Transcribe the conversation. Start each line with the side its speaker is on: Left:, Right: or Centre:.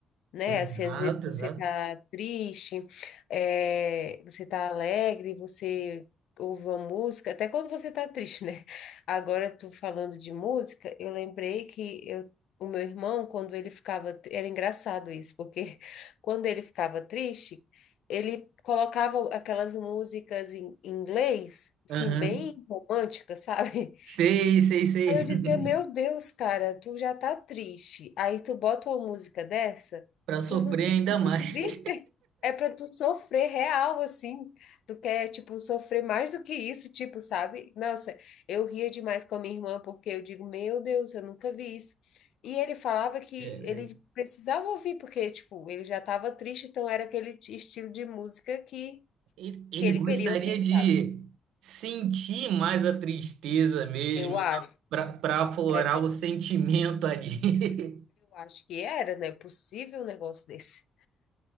Left: né?
Right: Exato,
Left: Assim, às vezes você
Right: exato.
Left: tá triste, é, você tá alegre, você ouve uma música, até quando você tá triste, né? <laughs> Agora tu falando de música, eu lembrei que eu, o meu irmão, quando ele ficava, tri- era engraçado isso, porque <laughs> quando ele ficava triste, ele colocava aquelas músicas em em inglês, assim,
Right: Aham.
Left: bem românticas, sabe?
Right: Sei, sei, sei.
Left: Aí eu dizia,
Right: <laughs>
Left: meu Deus, cara, tu já tá triste. Aí tu bota uma música dessa,
Right: Pra sofrer
Left: tu não fica
Right: ainda mais.
Left: mais triste. É pra tu sofrer real, assim. Tu quer, tipo, sofrer mais do que isso, tipo, sabe? Nossa, eu ria demais com a minha irmã, porque eu digo, meu Deus, eu nunca vi isso. E ele falava que
Right: Caraca.
Left: ele precisava ouvir, porque, tipo, ele já tava triste, então era aquele t- estilo de música que,
Right: Ele, ele
Left: que ele
Right: gostaria
Left: queria ouvir,
Right: de
Left: sabe?
Right: sentir mais a tristeza mesmo,
Left: Eu acho.
Right: para pra aflorar
Left: É porque
Right: o sentimento ali. <laughs>
Left: eu acho que era, né? Possível um negócio desse.